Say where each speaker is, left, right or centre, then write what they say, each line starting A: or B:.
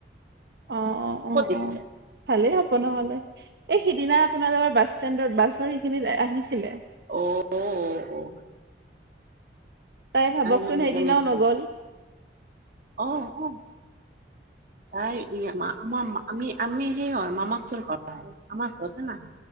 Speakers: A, on the right; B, on the right.
A: অ অ অ
B: দেখিছে
A: অ ভালেই হ'ব নহলে এই সিদিনা আপোনালোকৰ বাছ ষ্টেণ্ডত বাছৰ সেইখিনি আহিছিলে।
B: অ অ অ
A: তাই ভাবকচোন
B: মানে
A: সেইদিনাও
B: তেনেকুৱা
A: নগ'ল
B: অ অ তাই আম আমি আমি সেই হয় মামাকচোন কৰা হয় আমাৰ ঘৰতে নাহে